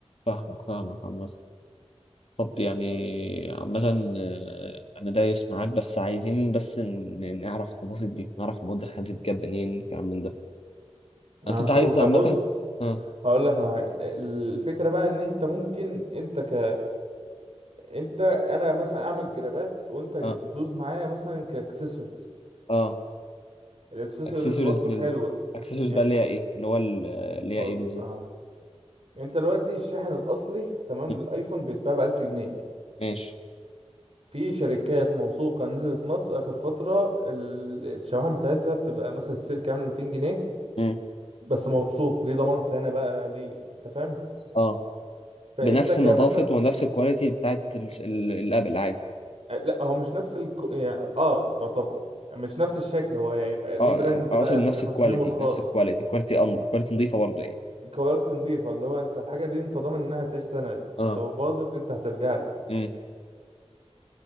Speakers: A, on the left (about 65°); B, on the right (about 60°).
A: فاهمك فاهمك عامة طب يعني عامة آه، أنا دايس معاك بس عايزين بس ن- ن- نعرف التفاصيل دي نعرف المواد الخام دي بتتجاب منين الكلام من ده
B: هشوف
A: أنا كنت عايز عامة
B: بص
A: آه
B: هقول لك على حاجة الفكرة بقى ان انت ممكن انت ك انت انا مثلا اعمل جرابات وانت تدوس
A: آه
B: معايا مثلا كاكسسوارز
A: آه
B: الاكسسوارز
A: اكسسوارز
B: برضو
A: لل
B: حلوة
A: اكسسوارز
B: يعني
A: بقى اللي هي ايه اللي هو ال- اللي هي
B: بص
A: ايه بالظبط
B: اه انت دلوقتي الشاحن الاصلي تمام
A: مم.
B: للايفون بيتباع ب 1000 جنيه
A: ماشي
B: في شركات موثوقه نزلت مصر اخر فتره ال- الشواحن بتاعتها بتبقى مثلا السيل كامل 200 جنيه
A: مم.
B: بس موثوق ليه ضمان سنه بقى ليه انت فاهم
A: اه
B: فانت
A: بنفس
B: كمثلا
A: النظافة ونفس الكواليتي بتاعت ال- ال- الابل عادي
B: آه، لا هو مش نفس الكو... يعني اه اه طبعا مش نفس الشكل هو هيبقى ليه
A: اه
B: براند
A: اقصد
B: بقى
A: نفس
B: بتصميمه
A: الكواليتي
B: الخاص
A: نفس الكواليتي كواليتي أن... كواليتي نظيفة برضه يعني
B: كواليتي نضيفه اللي هو انت الحاجه دي انت ضامن انها تعيش سنه
A: اه
B: لو باظت انت هترجع
A: مم.